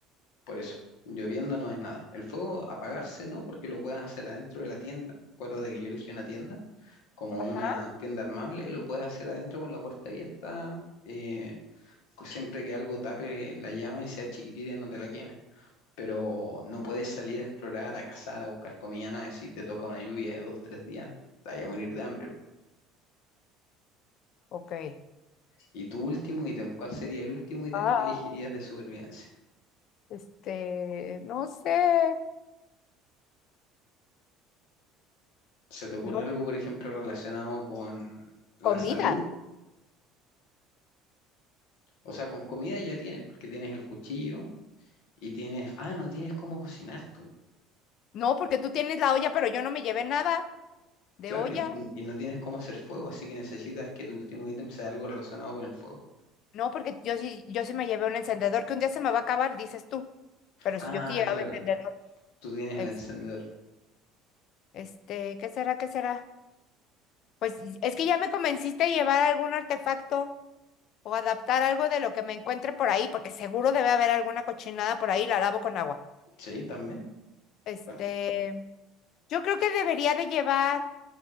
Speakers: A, on the left; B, on the left.
A: Por eso, lloviendo no es nada. El fuego apagarse no, porque lo puedes hacer adentro de la tienda. Acuérdate que yo elegí una tienda, como
B: Ajá,
A: una tienda armable, lo puedes hacer adentro con la puerta abierta, eh, co- siempre que algo tape la llama y sea chiquitita y no te la queme. Pero no puedes salir a explorar, a cazar, a buscar comida, nada. Si te toca una lluvia de dos, tres días, te vas a morir de hambre.
B: ok.
A: ¿Y tu último ítem? ¿Cuál sería el último ítem
B: Ah,
A: que elegirías de supervivencia?
B: este, no sé,
A: ¿Se te ocurre
B: no,
A: algo, por ejemplo, relacionado con la
B: comida.
A: salud? O sea, con comida ya tienes, porque tienes el cuchillo y tienes, ah, no tienes cómo cocinar tú.
B: No, porque tú tienes la olla, pero yo no me llevé nada de
A: Claro,
B: olla.
A: y, y no tienes cómo hacer fuego, así que necesitas que tu último ítem sea algo relacionado con el fuego.
B: No, porque yo sí, yo sí me llevé un encendedor que un día se me va a acabar, dices tú. Pero
A: Ah,
B: si yo sí llevaba
A: claro,
B: encendedor,
A: tú tienes
B: es,
A: el encendedor.
B: este, ¿qué será? ¿Qué será? Pues y- es que ya me convenciste a llevar algún artefacto. O adaptar algo de lo que me encuentre por ahí, porque seguro debe haber alguna cochinada por ahí, la lavo con agua.
A: Sí, también.
B: Este,
A: tam-
B: yo creo que debería de llevar